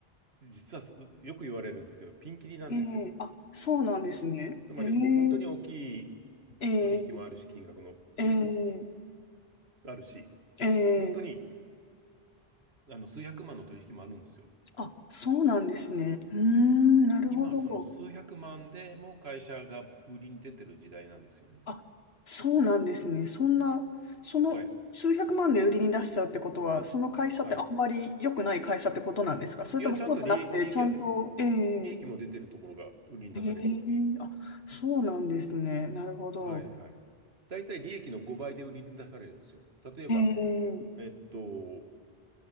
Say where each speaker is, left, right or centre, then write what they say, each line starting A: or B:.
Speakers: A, on the right; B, on the left.
A: 実はよく言われるんですけど、ピンキリなんですよ。
B: ええあ、そうなんですね。
A: つ、つまり、
B: ええ
A: 本当に大きい
B: ええ
A: 取引もあるし、金額のね、
B: ええ
A: あるし、
B: ええ
A: 本当にあの数百万の取引もあるんですよ。
B: あ、そうなんですね。うーん、なるほど。
A: 今はその数百万でも会社が売りに出てる時代なんですよね。
B: あ、そうなんですね。そんな、その数百万で売りに出しちゃうってことは、
A: はい。
B: その会社ってあんまり良くない会社ってことなんですかそれともそうじゃなくて、
A: はい。いや、ちゃんと利、利益は、
B: ちゃんと、え
A: 利益も出てるところが売りに出されます。
B: えええあ、そうなんですね。なるほど。
A: はい、はい。大体利益の5倍で売りに出されるんですよ。例えば、
B: ええ
A: えっと、